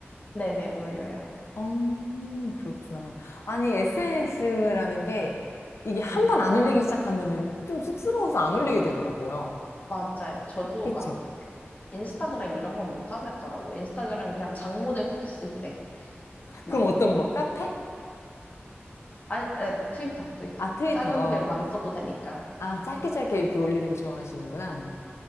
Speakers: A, on the left; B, on the left.
A: 네네, 올려요.
B: 음, 그렇구나. 아니, SNS라는 게 이게 한번
A: 네,
B: 안 올리기 시작하면은 좀 쑥스러워서 안 올리게 되더라고요.
A: 맞아요. 저도
B: 그쵸?
A: 막 인스타그램 이런 건 못 하겠더라고요. 인스타그램 그냥 장문의 후기 쓸 때만
B: 그럼 어떤
A: 하고.
B: 거? 카페?
A: 아니, 예, 트위터, 트위터.
B: 아, 트위터.
A: 짧은 글만 써도 되니까.
B: 아, 짧게 짧게 이렇게 올리는 거 좋아하시는구나.